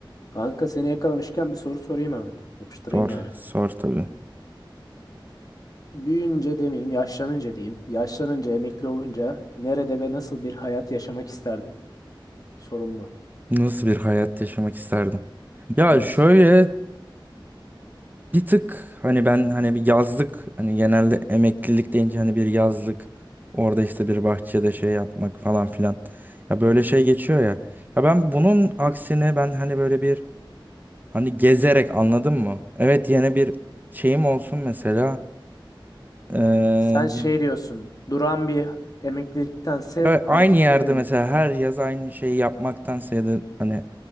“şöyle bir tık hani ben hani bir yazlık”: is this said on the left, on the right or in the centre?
Right